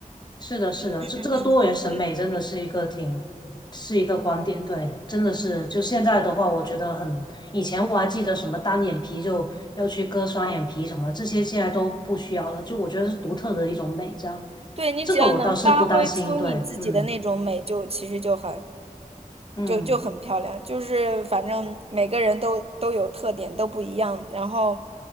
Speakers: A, on the left; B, on the right.
A: 是的，是的，
B: 嗯嗯，
A: 这这个多元审美真的是一个挺是一个观点，对，真的是就现在的话，我觉得很，以前我还记得什么单眼皮就要去割双眼皮什么，这些现在都不需要了，就我觉得是独特的一种美，这样，
B: 对你只要能发挥出你自己的那种美就，
A: 这个我倒是不担心，对，嗯
B: 其实就很
A: 嗯。
B: 就就很漂亮，就是反正每个人都都有特点，都不一样。然后，